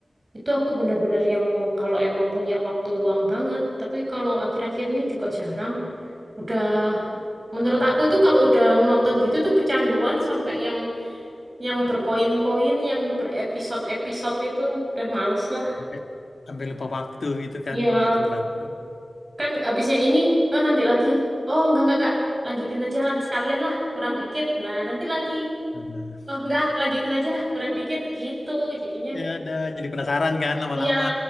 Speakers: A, on the right (about 35°); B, on the left (about 80°).
A: itu aku bener-bener yang kalau emang punya waktu luang banget. Tapi kalau akhir-akhir ini juga jarang. Udah menurut aku itu kalau udah nonton gitu tuh kecanduan sampai yang yang berkoin-koin, yang berepisode-episode itu udah males lah.
B: Sampai, sampai lupa waktu gitu kan
A: Iya,
B: kalau nonton drakor.
A: kan abisnya ini, oh nanti lagi. Oh, enggak enggak enggak, lanjutin aja lagi sekalian lah, kurang dikit. Nah, nanti lagi.
B: Nah,
A: oh enggak lanjutin aja lah kurang dikit gitu jadinya
B: ya ada jadi penasaran kan lama-lama.
A: iya